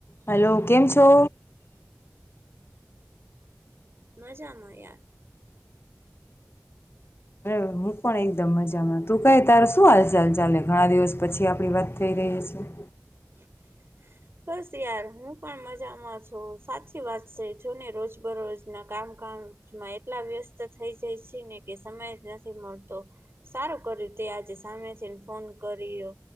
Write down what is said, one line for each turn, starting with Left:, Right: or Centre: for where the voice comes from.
Left: Hello કેમ છો?
Right: મજામાં યાર.
Left: અરે હું પણ એકદમ મજામાં. તું ક તાર શું હાલચાલ ચાલે ઘણા દિવસ પછી આપણી વાત થઈ તે છે.
Right: હ બસ યાર હું પણ મજામાં છું. સાચી વાત છે જોને રોજ બરોજ ના કામ માં એટલા વ્યસ્ત થઈ જાય છે ને કે સમય જ નથી મળતો. સારું કર્યું તે આજે સામે છે ને ફોન કર્યો.